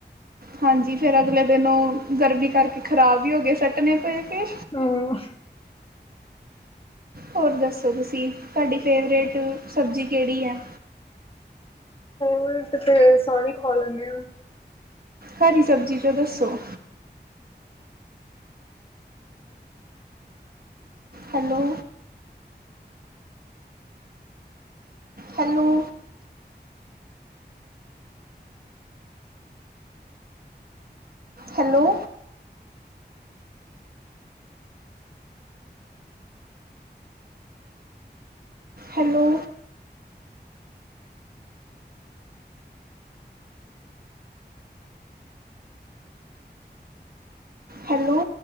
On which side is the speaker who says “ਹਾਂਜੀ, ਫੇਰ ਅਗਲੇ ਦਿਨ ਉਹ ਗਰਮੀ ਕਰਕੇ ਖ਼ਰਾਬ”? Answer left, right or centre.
Right